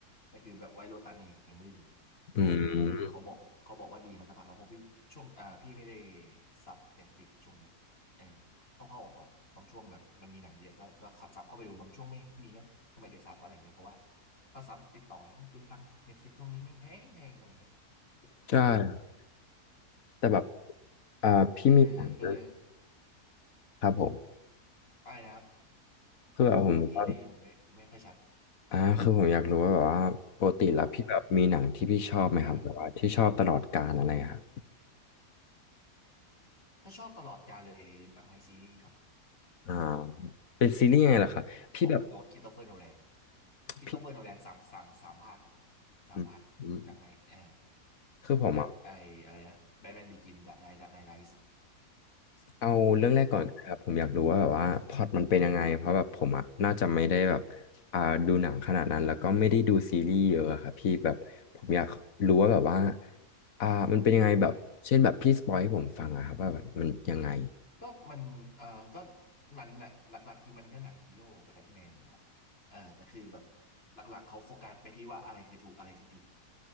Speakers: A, on the left; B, on the left.
A: แต่คือแบบไวโรตันนี่ยังไม่ได้ดูเขา
B: อืม
A: เขาบอกเขาบอกว่าดีมาสักพักแล้วเพราะพี่ช่วงอ่าพี่ไม่ได้ซับเน็ตฟ i ิกช่วงนี้เออเข้าเข้าออกออกบางช่วงแบบมันมีหนังเยอะก็ก็ขัดซับเข้าไปดูบางช่วงไม่มีก็ก็ไม่ได้ซับอะไรอย่างเงี้ยเพราะว่าถ้าซับติดต่อกันแล้วมันเปลืองตังค์เน็ตฟลิกช่วงนี้แม่งแพงแพงอะไรอย่างเงี้ย
B: ใช่
A: เออ
B: แต่แบบอ่าพี่มีถามนะ
A: เออก็เลย
B: ครับผม
A: อะไรนะครับ
B: คือแบบผมก็
A: เมื่อกี้ได้ยินไม่ไม่ค่อยชัด
B: อ่าคือผมอยากรู้ว่าแบบว่าปกติแล้วพี่แบบมีหนังที่พี่ชอบไหมครับแบบว่าที่ชอบตลอดกาลอะไรอะครับ
A: ผมอ่าถ้าชอบตลอดกาลเลยดังไลท์ซีรีส์ครับ
B: อ่าเป็นซีรีส์ยังไงล่ะครับพี่แบบ
A: ของโนตคริสโตเฟอร์โนแลน
B: พี่
A: คริสโตเฟอร์โนแลนสามสามสามภาคครับสามภาคดักไนเอ่อ
B: อืมอืมคือผมอ่ะ
A: ดักไออะไรนะแบทแมนบิกินดักไนดักไนไลท์
B: เอาเรื่องแรกก่อนครับผมอยากรู้ว่าแบบว่าพล็อตมันเป็นยังไงเพราะแบบผมอ่ะน่าจะไม่ได้แบบ
A: ครับ
B: อ่าดูหนังขนาดนั้นแล้วก็ไม่ได้ดูซีรีส์เยอะอะครับพี่แบบผมอยากรู้ว่าแบบว่าอ่ามันเป็นยังไงแบบเช่นแบบพี่สปอยให้ผมฟังอะครับว่าแบบมันยังไง
A: อ่าก็มันเอ่อก็มันน่ะหลักๆคือมันก็หนังฮีโร่แบทแมนนะครับเอ่อแต่คือแบบหลักๆเขาโฟกัสไปที่ว่าอะไรคือถูกอะไรคือผิด